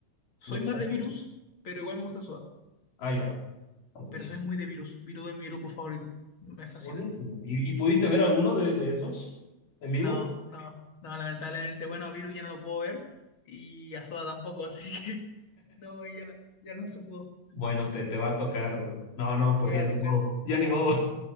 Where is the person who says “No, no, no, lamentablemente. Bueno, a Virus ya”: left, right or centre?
Left